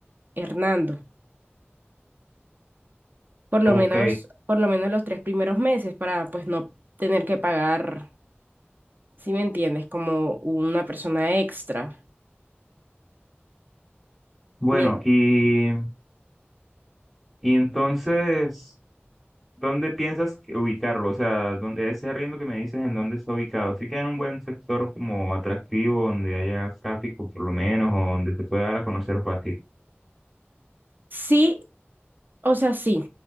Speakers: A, on the right; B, in the centre.
A: Hernando, por lo
B: Ok,
A: menos, por lo menos los tres primeros meses para pues no tener que pagar, si me entiendes, como una persona extra.
B: bueno,
A: Mien-
B: y, y entonces, ¿dónde piensas que ubicarlo? O sea, ¿dónde, ese arriendo que me dices, ¿en dónde está ubicado? ¿Sí queda en un buen sector como atractivo, donde haya tráfico por lo menos, o donde se pueda dar a conocer fácil?
A: Sí O sea, sí,